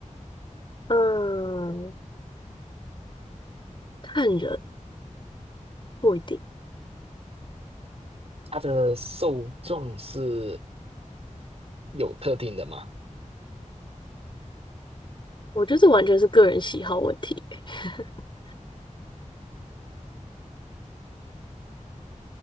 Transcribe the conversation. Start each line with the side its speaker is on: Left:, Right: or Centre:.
Left: 嗯，看人不一定，
Right: 它的受众是有特定的吗？
Left: 我觉得这完全是个人喜好问题。<laughs>